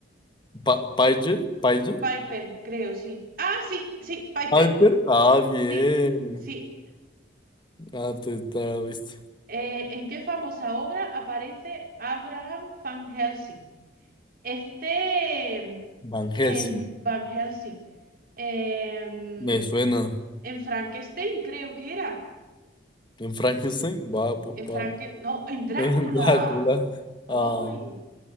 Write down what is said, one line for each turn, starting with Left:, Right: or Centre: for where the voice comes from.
Left: Pa Paige, Paige,
Right: Piper, creo, sí. ¡Ah, sí! Sí, Piper.
Left: Piper, ah, bien.
Right: Sí, sí.
Left: Ah, te, te la viste.
Right: Eh, ¿en qué famosa obra aparece Abraham Van Helsing? Este. mm,
Left: Van Helsing.
Right: En Van Helsing. Em,
Left: Me suena.
Right: En Frankenstein, creo que era.
Left: En Frankenstein, va, bu-
Right: En
Left: va,
Right: Franken... No, en
Left: <laughs>
Right: Drácula.
Left: en Drácula.
Right: ¡Ay!
Left: Ah,